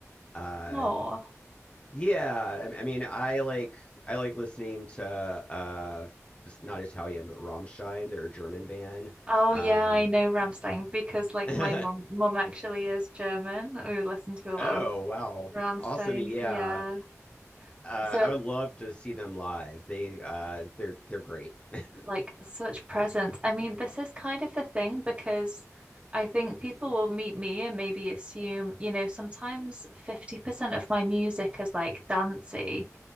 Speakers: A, on the left; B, on the right.
A: uh,
B: oh.
A: yeah, I, I mean, I like I like listening to uh, it's not Italian, but Rammstein. They're a German band.
B: Oh
A: Um,
B: yeah, I know Rammstein because like
A: <laughs>
B: my mum mum actually is German. We listen to a lot
A: oh
B: of
A: wow,
B: Rammstein.
A: awesome! Yeah.
B: Yeah.
A: Uh,
B: So
A: I would love to see them live. They uh, they're they're great. <laughs>
B: like such presence. I mean, this is kind of the thing because I think people will meet me and maybe assume, you know, sometimes 50% of my music is like dancey.